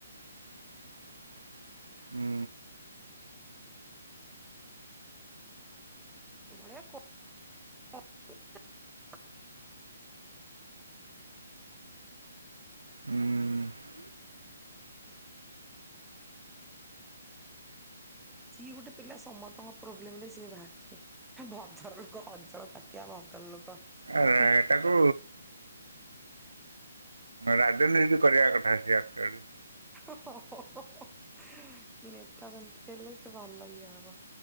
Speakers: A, on the right; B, in the centre.
A: <inaudible> ହୁଁ
B: ଏଭଲିଆ କରୁ <unintelligible>
A: ହୁଁ
B: ସିଏ ଗୋଟେ ପିଲା ସମସ୍ତଙ୍କ ପ୍ରୋବ୍ଲେମ ରେ ସିଏ ବାହାରୁ ଛି ଭଦ୍ର ଲୋକ କଜଳ କାତିଆ ଭଦ୍ର ଭଦ୍ର ଲୋକ
A: ଆ
B: ହୁଁ
A: ଏଟାକୁ ରାଜନୀତି କରିବା କଥା ସେ ଆକଚୁଆଲି।
B: ଓ ହ ହଁ ହଁ ନେତା ମନ୍ତ୍ରୀ ହେଲେ ସେ ଭଲ୍ ଇଏ ହବ-